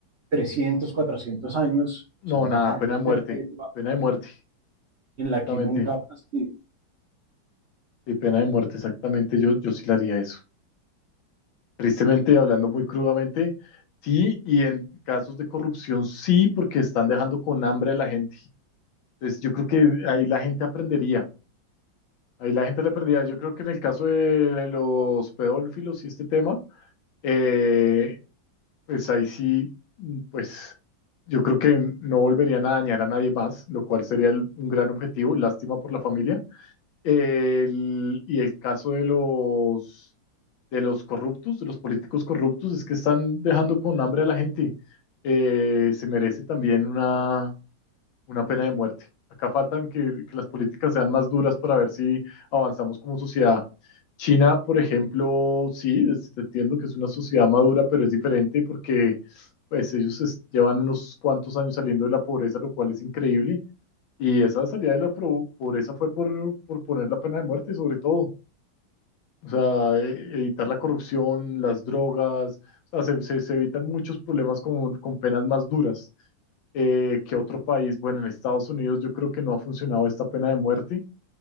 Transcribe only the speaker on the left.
No,
nada,
pena de muerte,
pena de muerte,
exactamente.
Sí, pena de muerte, exactamente, yo, yo sí le haría eso. Tristemente, hablando muy crudamente, sí, y en casos de corrupción sí, porque están dejando con hambre a la gente. Entonces, yo creo que ahí la gente aprendería, ahí la gente le aprendería. Yo creo que en el caso de los pedófilos y este tema, eh, pues ahí sí, mm, pues yo creo que no volverían a dañar a nadie más, lo cual sería el- un gran objetivo, lástima por la familia. El- y el caso de los de los corruptos, de los políticos corruptos, es que están dejando con hambre a la gente. Eh, se merece también una, una pena de muerte. Acá faltan que, que las políticas sean más duras para ver si avanzamos como sociedad. China, por ejemplo, sí, es- entiendo que es una sociedad madura, pero es diferente porque pues ellos es- llevan unos cuantos años saliendo de la pobreza, lo cual es increíble. Y esa salida de la pro- pobreza fue por, por poner la pena de muerte, sobre todo. O sea, e- evitar la corrupción, las drogas, o sea, se, se- se evitan muchos problemas con, con penas más duras eh, que otro país. Bueno, en Estados Unidos yo creo que no ha funcionado esta pena de muerte,